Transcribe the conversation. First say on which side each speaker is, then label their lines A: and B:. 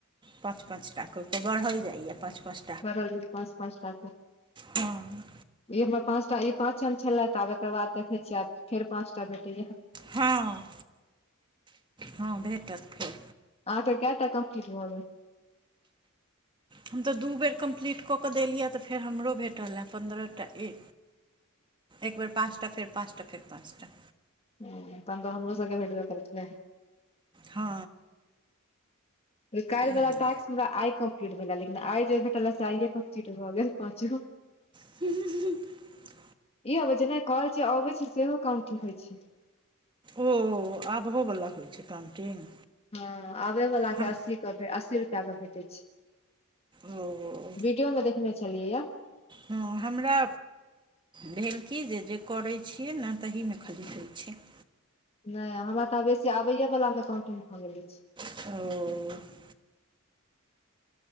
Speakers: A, on the right; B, on the left.
A: पांच - पांच टा कऽ के बढ़ल जाइये पांच - पांच टा।
B: बरहल जाइये पाँच - पाँच टा के।
A: हँ
B: ई हमर पाँच टा ई पाँचम छलै त आब एकर बाद देखैत छियै आब फेर पाँचटा भेटैए।
A: हँ हँ भेटत फेर।
B: आ त कटा कम्पलीट भबै।
A: हम तऽ दू बेर कम्प्लीट कऽ कऽ देलियै तऽ फेर हमरो भेटल हए पन्द्रह टा ए। एक बेर पाँचटा फर पाँचटा फर पाँचटा।
B: ह तन तऽ हमो सगे भेटब कर छलै।
A: हँ।
B: काल्हिवला
A: अहिना
B: टास्क हमरा आइ कम्प्लीट भेलै लेकिन आइ जे भेटलँ आइय कम्प्लीट भऽ गेल पाँचगो।
A: ह।
B: ई अबै छै जेना कल छै अबैत छै सेहो काउंटींग होइ छै।
A: ओ हो आबहोवला होइ छै काउंटिंग।
B: हँ आबैवलाके
A: हम
B: अस्सीके अस्सी रुपैआके भेटै छै।
A: ओ
B: वीडियो मे देखने छलियै या।
A: हँ हमरा। भेल की जे जे करैत छियै ने तहीमे खददैत छै।
B: नहि हमरा तऽ बेसी आबैयएवलामे काउंटिंग भग गेलै छै।
A: ओ।